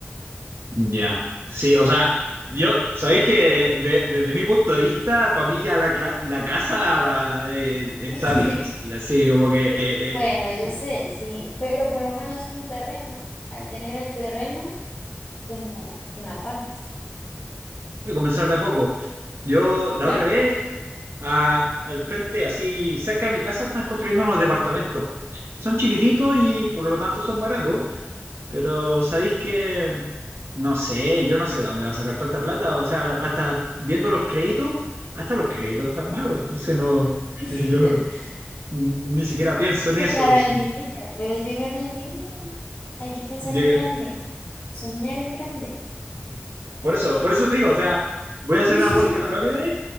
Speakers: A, on the right (about 70°); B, on the left (about 75°).
A: Ya. Sí, o sea, yo, sabéis que de- desde mi punto de vista, para mí ya la, cla- la casa va, eh, está
B: <laughs>
A: difícil, así como que
B: Bueno,
A: eh,
B: yo sé, sí, pero por lo menos un terreno. Al tener el terreno, tengo una parte,
A: eh, comenzar de a poco. Yo la
B: claro.
A: otra vez, a- al frente, así cerca de mi casa, están construyendo unos departamentos. Son chiquititos y por lo tanto son baratos, pero sabéis que, no sé, yo no sé de dónde va a sacar tanta plata. O sea, hasta viendo los créditos, hasta los créditos están malos. Entonces no, <laughs>
B: <laughs>
A: yo ni siquiera pienso en
B: Llegar
A: eso. así,
B: al día, pero llegar al día, hay que pensar
A: llega-
B: en grande, soñar en grande.
A: Por eso, por eso digo, o sea, voy a hacer
B: <laughs>
A: una work and holiday